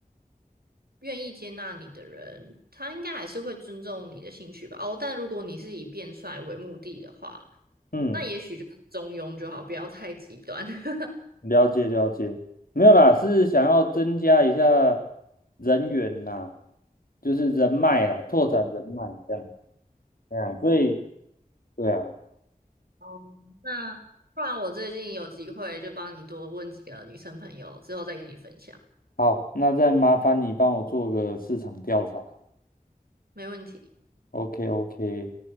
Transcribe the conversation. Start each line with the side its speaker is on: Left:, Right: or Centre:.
Right: 愿意接纳你的人，他应该还是会尊重你的兴趣吧。哦，但如果你是以变帅为目的的话，
Left: 嗯，
Right: 那也许就是中庸就好，不要太极端。<laughs>
Left: 了解了解，没有啦，是想要增加一下人员呐，就是人脉啦，拓展人脉这样，对啊，所以对啊，
Right: 哦，那不然我最近有机会就帮你多问几个女生朋友，之后再跟你分享，
Left: 好，那再麻烦你帮我做个市场调查
Right: 没问题。
Left: ，OK OK，